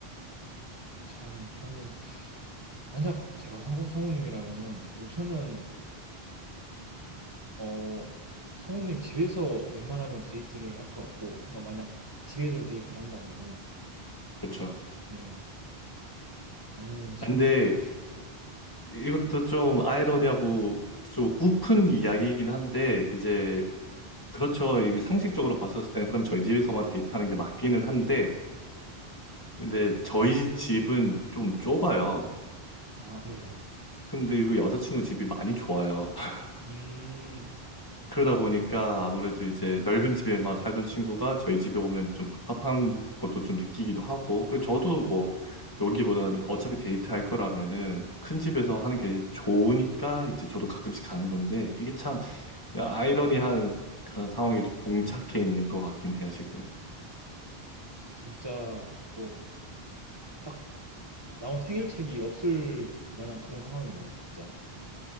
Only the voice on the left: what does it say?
그렇죠.
아, 근데 이것도 좀 아이러니하고 좀 우픈 이야기이긴 한데 이제 그렇죠. 이게 상식적으로 봤었을 때는 그럼 저희 집에서만 데이트하는 게 맞기는 한데 근데 저희 집은 좀 좁아요.
근데 이거 여자친구 집이 많이 좋아요. <laughs>
그러다 보니까 아무래도 이제 넓은 집에만 살던 친구가 저희 집에 오면 좀 답답한 것도 좀 느끼기도 하고. 그리고 저도 뭐 여기보다는 어차피 데이트할 거라면은 큰 집에서 하는 게 좋으니까 이제 저도 가끔씩 가는 건데 이게 참 아이러니한 그런 상황에 좀 봉착해 있는 것 같긴 해요, 지금.